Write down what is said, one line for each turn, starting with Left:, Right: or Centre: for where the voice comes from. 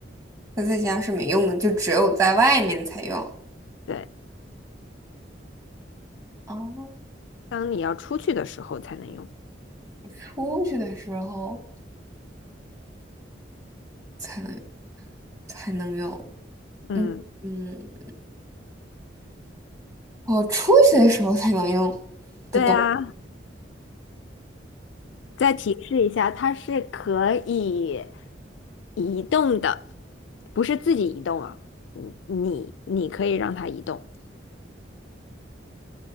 Right: 它在家是没用的，就只有在外面才用。
Left: 对。
Right: 哦，
Left: 当你要出去的时候才能用。
Right: 出去的时候才能才能用。
Left: 嗯，
Right: 嗯嗯，我出去的时候才能用的东。
Left: 对啊，再提示一下，它是可以移动的，不是自己移动啊，嗯你你可以让它移动。